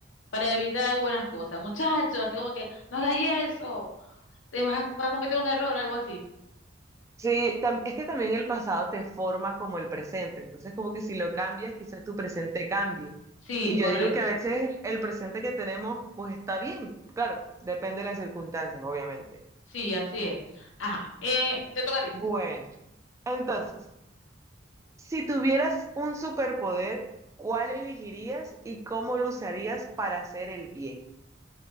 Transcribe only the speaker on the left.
para evitar algunas cosas. Muchachos, así como que, no hagas eso, te vas a, vas a cometer un error, algo así.
Sí,
correcto.
Sí, así es. Ajá. Eh, te toca a ti.